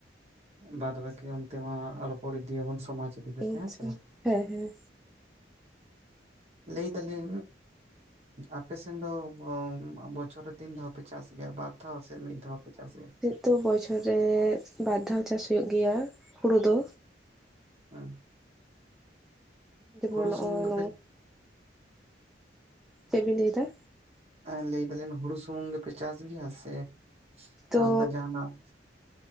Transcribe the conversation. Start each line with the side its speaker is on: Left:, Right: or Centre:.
Right: ᱵᱟᱫ ᱵᱟᱹᱠᱤ ᱚᱱᱛᱮ ᱢᱟ ᱟ ᱨᱚᱯᱚᱲ ᱤᱫᱤᱭᱟᱵᱚᱱ ᱥᱚᱢᱟᱡᱽ ᱤᱫᱤ ᱠᱟᱛᱮᱜ
Centre: ᱟᱪᱪᱷᱟ
Right: ᱦᱮᱸ ᱥᱮ ᱵᱟᱝ <inaudible>
Centre: ᱦᱮᱸ ᱦᱮᱸ
Right: ᱞᱟᱹᱭ ᱫᱟᱞᱤᱧ ᱟᱯᱮᱥᱮᱱ ᱫᱚ ᱵᱚᱪᱷᱚᱨ ᱛᱤᱱ ᱫᱷᱟᱣ ᱯᱮ ᱪᱟᱥ ᱜᱮᱭᱟ ᱵᱟᱨ ᱫᱷᱟᱣ ᱥᱮ ᱢᱤᱫ ᱫᱷᱟᱣ ᱯᱮ ᱪᱟᱥ ᱜᱮᱭᱟ
Centre: ᱛᱚ ᱵᱚᱪᱷᱚᱨ ᱨᱮ ᱵᱟᱨ ᱫᱷᱟᱣ ᱪᱟᱥ ᱦᱩᱭᱩᱜ ᱜᱮᱭᱟ ᱦᱩᱲᱩ ᱫᱚ
Right: <inaudible>
Centre: ᱡᱮᱢᱚᱱ
Right: ᱦᱩᱲᱩ
Centre: ᱱᱚᱜᱼᱚᱭ
Right: ᱥᱩᱢᱩᱝ ᱜᱮᱯᱮ
Centre: ᱱᱚᱣᱟ᱾ ᱪᱮᱫ ᱵᱤᱱ ᱞᱟᱹᱭᱮᱫᱟ
Right: ᱮᱸ ᱞᱟᱹᱭ ᱫᱟᱞᱮᱧ ᱦᱩᱲᱩ ᱥᱩᱢᱩᱝ ᱜᱮᱯᱮ ᱪᱟᱥ ᱜᱮᱭᱟ ᱥᱮ
Centre: ᱛᱚ
Right: ᱟᱞᱫᱟ ᱡᱟᱦᱟᱸ ᱱᱟᱜ